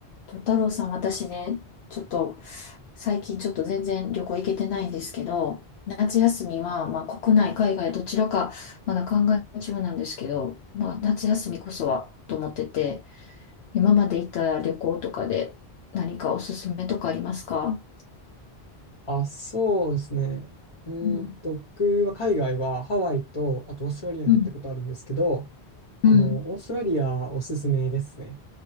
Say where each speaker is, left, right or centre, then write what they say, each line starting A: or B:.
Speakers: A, on the left; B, on the left.
A: と、太郎さん、私ね、ちょっと、最近ちょっと全然旅行行けてないんですけど、夏休みは、まあ、国内、海外、どちらか、まだ考え中なんですけど、まあ、夏休みこそは、と思ってて、今まで行った旅行とかで、何かおすすめとかありますか
B: あ、そうですね。うーんと、
A: うん、
B: 僕は海外はハワイと、あとオーストラリアに行ったことあるんですけど、
A: うん、
B: あの、
A: うん。
B: オーストラリアおすすめですね。